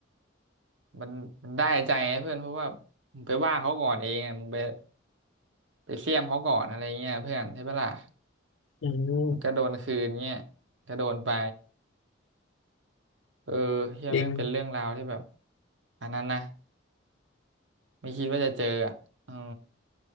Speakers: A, on the right (about 65°); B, on the left (about 75°).
A: มันมันได้ใจไงเพื่อนเพราะว่ามึงไปว่าเขาก่อนเองอะมึงไปไปเสี้ยมเขาก่อนอะไรเงี้ยเพื่อนใช่ปะล่ะ
B: อืม
A: มันก็โดนคืนเงี้ยก็โดนไปเออเฮียแม่งเป็นเรื่องราวที่แบบ
B: จริง
A: อันนั้นนะไม่คิดว่าจะเจออ่ะเออ